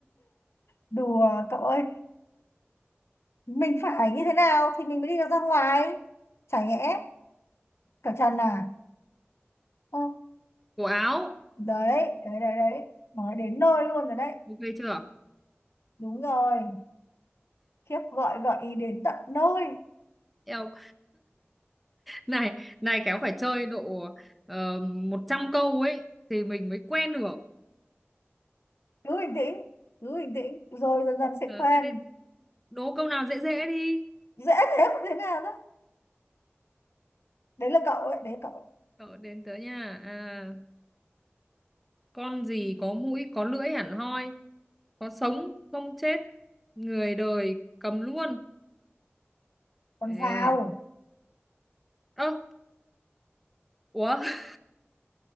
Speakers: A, on the left; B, in the centre.
A: đùa cậu ơi mình phải như thế nào thì mình mới đi được ra ngoài chả nhẽ cởi trần à Ơ,
B: Cổ áo.
A: đấy đấy đấy đấy nói đến nơi luôn rồi đấy
B: Ok chưa?
A: đúng rồi khiếp gọi gợi ý đến tận nơi
B: eo này này kéo phải chơi độ uh, 100 câu ấy thì mình mới quen được
A: cứ bình tĩnh cứ bình tĩnh rồi dần dần sẽ
B: ờ
A: quen
B: ơ thế đố câu nào dễ dễ đi
A: dễ thế không thế nào đó đấy là cậu ấy đấy cậu
B: Ờ, đến tớ nha à, con gì có mũi có lưỡi hẳn hoi có sống không chết người đời cầm luôn
A: còn
B: ê
A: giàu
B: ơ ủa <laughs>